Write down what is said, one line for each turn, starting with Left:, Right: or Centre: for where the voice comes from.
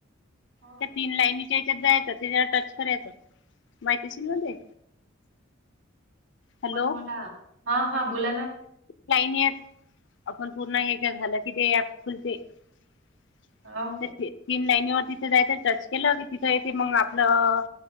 Right: ह
Left: त्या तीन लाईनीच्या हच्यात जायचं, त्याच्यावर टच करायचं. देशील. ना ते. हॅलो
Right: पण, मला हा. हा. बोला ना.
Left: लाईन येत, आपण पूर्ण हे का? झालं की ते ऍप खुलते. <inaudible>
Right: ओके
Left: सती. तीन लाईनीवर तिथे जायचं टच केलं की, तिथं येते मग आपलं